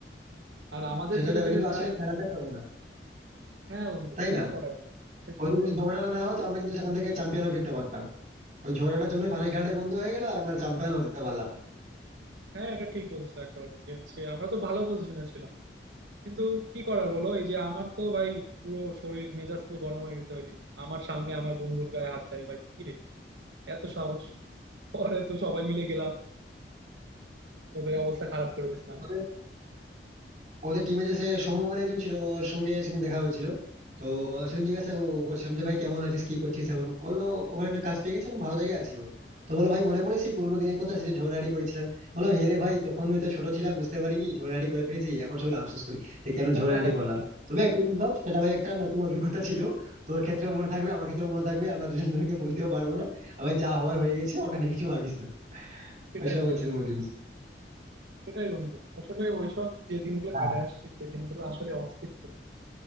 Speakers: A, on the right; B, on the right.
A: আর আমাদের
B: সেটা
A: ছেলেপিলের
B: দেবে কিন্তু আসলে
A: গায়ে
B: খেলাটাই হলো না
A: হ্যাঁ বন্ধু
B: তাই
A: কি
B: না
A: আর করার শেষ
B: ওই
A: পর্যন্ত
B: দিন যদি ঝগড়াটা না হতো আমরা কিন্তু সেখান থেকে চ্যাম্পিয়ন হয়ে ফিরতে পারতাম ওই ঝগড়াটার জন্য ফাইনাল খেলাটাই বন্ধ হয়ে গেল আর আমরা চ্যাম্পিয়ন হতে পারলাম না।
A: হ্যাঁ এটা ঠিক বলছো একেবারে যে হচ্ছে আমরা তো ভালো পজিশনে ছিলাম কিন্তু কি করার বলো এই যে আমার তো ভাই পুরো শরীর মেজাজ পুরো গরম হয়ে গেছে ওই দিন আমার সামনে আমার বন্ধুর গায়ে হাত দেয় ভাই কি রে এত সাহস পরে তো সবাই মিলে গেলাম ওদের অবস্থা খারাপ করে দিয়েছিলাম
B: ওদের ওদের টিমে যে সে সৌম্য বলে একজন ছিল ওর সঙ্গে সেদিন দেখা হয়েছিল তো সেদিন জিজ্ঞাসা ও- করছিলাম যে ভাই কেমন আছিস কি করছিস এখন বললো ওখানে একটা কাজ পেয়ে গেছে এখন ভালো জায়গায় আছি ও তো বললো ভাই মনে পড়ে সেই পুরোনো দিনের কথা সেই যে ঝগড়াঝাটি করেছিলাম বললাম হে রে ভাই তখন হয়তো ছোট ছিলাম বুঝতে পারিনি ঝগড়াঝাটি করে ফেলেছি এখন সেগুলো আফসোস করি যে কেন
A: <laughs>
B: ঝগড়াঝাটি করলাম তবে একটা জিনিস ভাব সেটা ভাই একটা নতুন অভিজ্ঞতা ছিল তোর ক্ষেত্রেও মনে থাকবে আমার ক্ষেত্রেও মনে থাকবে আমরা দুজন দুজনকে ভুলতেও পারবো না আর ভাই যা হওয়ার হয়ে গেছে ওটা নিয়ে কিছু ভাবিস না
A: সেটাই
B: আমি সেটা
A: সেটাই
B: বলছিলাম ওদিন
A: সেটাই বন্ধু আসলে ওইসব যে দিনগুলো
B: হ্যাঁ
A: কাটায় আসছি সেই দিনগুলো আসলে অস্থির ছিল